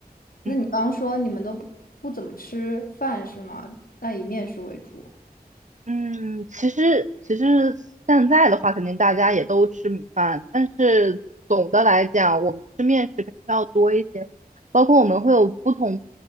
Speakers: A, on the left; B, on the right.
A: 那你刚说你们都不不怎么吃饭是吗？
B: 嗯。
A: 那以面食为主。
B: 嗯，其实其实现在的话，肯定大家也都吃米饭，但是总的来讲，我们吃面食肯定要多一些，包括我们会有不同